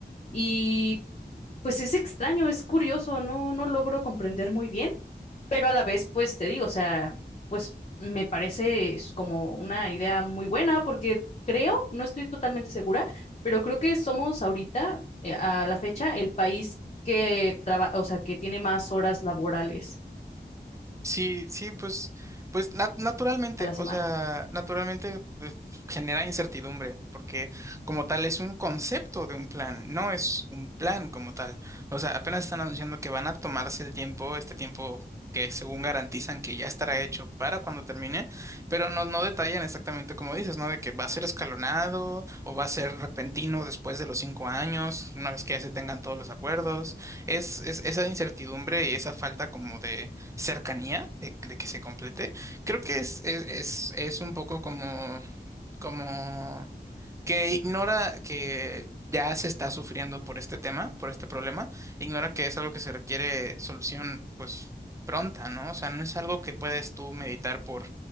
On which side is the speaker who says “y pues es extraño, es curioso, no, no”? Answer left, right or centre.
Left